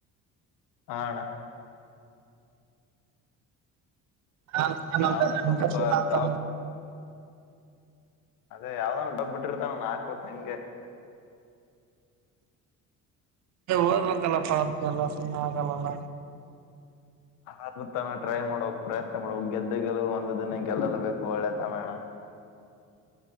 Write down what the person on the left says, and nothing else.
ಆಣ
ಯಾವಣ ಸುಮ್
ಜಾಬ್ ಅದೇ ಯಾವ್ದಾದೋ ಡಬ್ಬ ಬಿಟ್ಟಿರ್ತ ನಾನನ್ ಹಾಕ್ಬೇಕು ಹಂಗೆ
ಆದ ತಾನ ಟ್ರೈ ಮಾಡೋಕ್ ಪ್ರಯತ್ನ ಪಡುವ ದ್ದ ಗೆಲ್ಲುವ ಒಂದು ದಿನ ಗೆಲ್ಲಲುಬೇಕು ಒಳ್ಳೆ ತನಣ